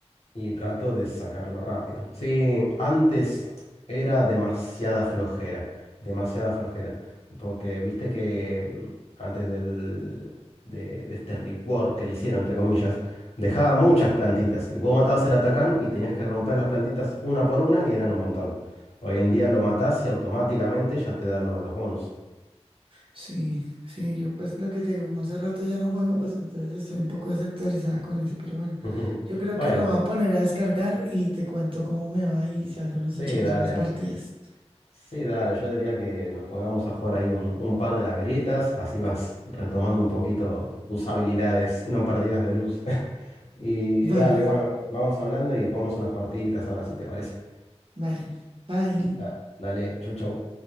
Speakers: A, on the left; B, on the right.
A: y trato de sacarlo rápido. Sí, antes era demasiada flojera, demasiada flojera. Porque viste que mm, antes del, de, de este rework que le hicieron, entre comillas, dejaba muchas plantitas. Y vos matabas el atacán y tenías que romper las plantitas una por una y eran un montón. Hoy en día lo matás y automáticamente ya te da lo- los bonus.
B: Sí, sí, yo pues lo que te digo, como hace rato ya no juego, pues entonces estoy un poco desactualizada con ese, pero bueno,
A: <laughs>
B: yo creo
A: Bueno,
B: que lo voy a poner a descargar y te cuento cómo me va y si algo nos echamos
A: sí, dale.
B: unas partidas.
A: Sí, dale, yo diría que nos pongamos a jugar ahí un, un par de las grietas, así vas retomando un poquito tus habilidades no perdidas de luz. <laughs> Y
B: Vale,
A: dale, bueno, vamos hablando y jugamos unas partiditas ahora si te parece.
B: vale. Bye.
A: Da- dale, chau, chau.